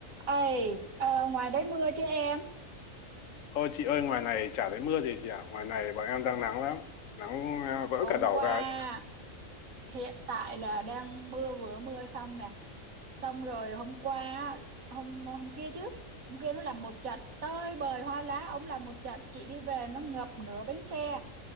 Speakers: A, on the right; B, on the left.
A: Ê, ờ, ngoài đấy mưa chứ em?
B: Ôi chị ơi, ngoài này chả thấy mưa gì chị ạ. Ngoài này bọn em đang nắng lắm. Nắng à, vỡ
A: Hôm
B: cả đầu
A: qua
B: ra ấy chị ạ.
A: hiện tại là đang mưa vừa mưa xong nè. Xong rồi hôm qua hôm hôm kia chứ. Hôm kia nó làm một trận tơi bời hoa lá, ông làm một trận chị đi về nó ngập nửa bánh xe